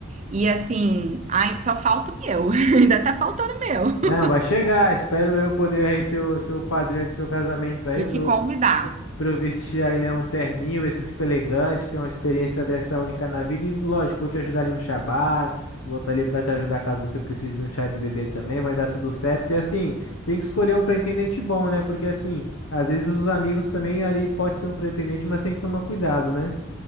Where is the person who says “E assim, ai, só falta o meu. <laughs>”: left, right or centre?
Right